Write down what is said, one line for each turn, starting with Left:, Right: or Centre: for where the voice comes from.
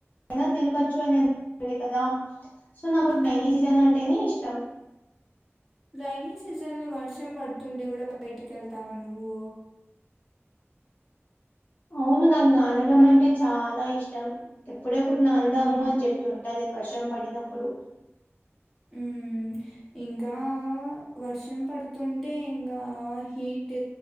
Left: అయినా తిరగచ్చు అని <inaudible> కదా సో నాకు
Centre: హ్మ్.
Left: రైనీ సీజెన్ అంటేనే ఇష్టం.
Centre: రైనీ సీజన్ లో వర్షం పడుతుంటే కూడా బయటికి వెళ్తావా నువ్వు?
Left: అవును నన్ను అనడం అంటే చాలా ఇష్టం ఎప్పుడెప్పుడు అందాము
Centre: హ్మ్.
Left: అని చెప్పి ఉ కానీ వర్షం పడినప్పుడు.
Centre: మ్ ఇంకా వర్షం పడుతుంటే, ఇంకా హీట్